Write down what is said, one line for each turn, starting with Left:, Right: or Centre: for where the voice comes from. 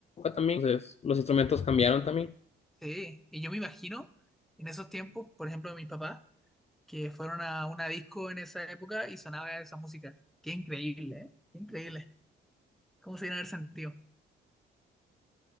Left: también. Entonces, los instrumentos cambiaron también.
Centre: Sí, y yo me imagino en esos tiempos, por ejemplo, mis papás, que fueron a una disco en esa época y sonaba esa música. Qué increíble, ¿eh? Qué increíble. ¿Cómo se dieron el sentido?